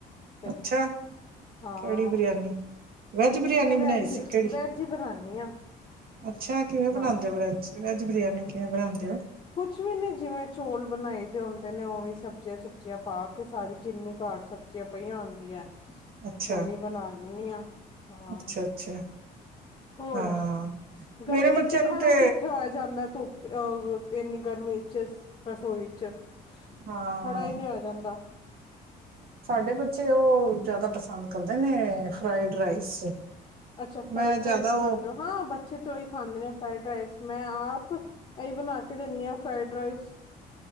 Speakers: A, on the left (about 30°); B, on the right (about 60°).
A: ਤੇ
B: ਅੱਛਾ
A: ਹਾਂ
B: ਕਿਹੜੀ ਬਰਿਆਨੀ ਵੈਜ ਬਰਿਆਨੀ
A: ਇਹ ਵੈਜ
B: ਬਣਾਈ ਸੀ ਕਿਹੜੀ
A: ਵੈਜ ਹੀ ਬਣਾਉਾਨਦੀ ਹਾਂ
B: ਅੱਛਾ ਕਿਵੇਂ ਬਣਾਉਂਦੇ
A: ਹਾਂ
B: ਹੋ ਬ੍ਰੈਜ ਵੈਜ ਬਿਰਿਆਨੀ ਕਿਵੇ ਬਣਾਉਂਦੇ ਹੋ
A: ਕੁਛ ਵੀ ਨੀ ਜਿਵੇਂ ਚੌਲ ਬਣਾਈ ਦੇ ਹੁੰਦੇ ਨੇ ਉਵੇਂ ਸਬਜ਼ੀਆਂ ਸੁਬਜ਼ੀਆਂ ਪਾ ਕੇ ਸਾਰੀ ਜਿੰਨੀ ਘਰ ਸਬਜ਼ੀਆਂ ਪਈਆਂ ਹੁੰਦੀਆਂ। ਤੂੰ
B: ਅੱਛਾ
A: ਵੀ ਬਣਾ ਲੈਂਦੀ ਹ ਹਾਂ।
B: ਅੱਛਾ ਅੱਛਾ
A: ਹੋਰ
B: ਹਾਂ
A: ਗਰਮੀ
B: ਮੇਰੇ ਬੱਚਿਆਂ
A: ਚ
B: ਨੂੰ
A: ਖੜਾ
B: ਤੇ
A: ਕਿੱਥੇ ਹੋਇਆ ਤ ਅ ਇਹਨੀ ਗਰਮੀ ਚ ਰਸੋਈ ਚ
B: ਹਾਂ
A: ਖੜਾ ਹੀ ਨਹੀਂ ਹੋਇਆ ਜਾਂਦਾ।
B: ਸਾਡੇ ਬੱਚੇ ਉਹ ਜ਼ਿਆਦਾ ਪਸੰਦ ਕਰਦੇ ਨੇ ਫਰਾਈਡ ਰਾਈਸ
A: ਅੱਛਾ ਫਰਾਈਡ
B: ਮੈਂ ਜ਼ਿਆਦਾ
A: ਰਾਈਸ ਬਣਾਉਦੇ
B: ਉਹ
A: ਹੋ। ਹਾਂ ਬੱਚੇ ਤੇ ਉਹੀ ਖਾਂਦੇ ਨੇ ਫਰਾਈਡ ਰਾਈਸ ਮੈਂ ਆਪ ਇਹਹੀ ਬਣਾ ਕੇ ਦਿੰਦੀ ਹ ਫਰਾਈਡ ਰਾਈਸ